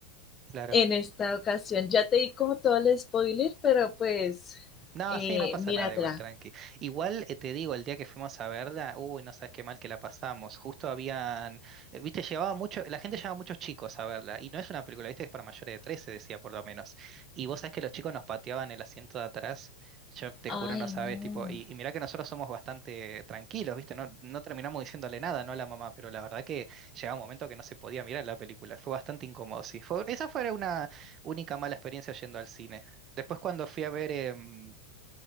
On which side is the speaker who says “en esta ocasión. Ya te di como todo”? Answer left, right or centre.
Left